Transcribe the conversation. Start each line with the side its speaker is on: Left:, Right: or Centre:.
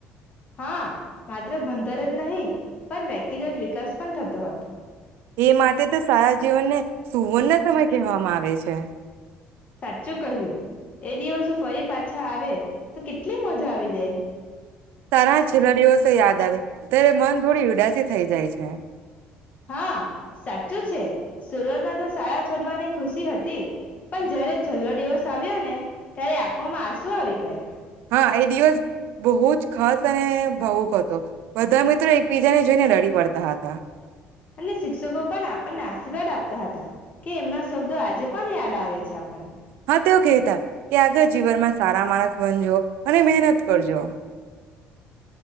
Left: હા માત્ર ભંધરન જ નહી. પણ વ્યક્તિગત વિકાસ પણ થતો હતો.
Right: એ માટે તો સારા જીવનને સુવર્ણસમય કહેવામાં આવે છે.
Left: સાચું કહ્યું એ દિવસો ફરી પાછા આવે તો કેટલી મજા આવી જાય.
Right: તારા છેલ્લા દિવસો યાદ આવે. ત્યારે મન થોડી ઉદા પછી થઈ જાય છે.
Left: હા સાચું છે. સુરતમાં તો શાળા છોડવાની ખુશી હતી પણ જયારે છેલ્લો દિવસ આવ્યો ને ત્યારે આંખોમાં આંસુ શું હારી ગયા?
Right: હા એ દિવસ બહુ જ ખાસ અને ભાવુક હતો. બધા મિત્રો એકબીજાને જોઈને રડી પડતા હતા.
Left: અને શિક્ષકો પણ આપણને આશીર્વાદ આપતા હતા કે એમના શબ્દો આજે પણ યાદ આવે છે આપણને.
Right: હા તેવો કહેતા ત્યાગળ જીવન માં સારા માણસ <unintelligible> જો અને મહેનત કરજો.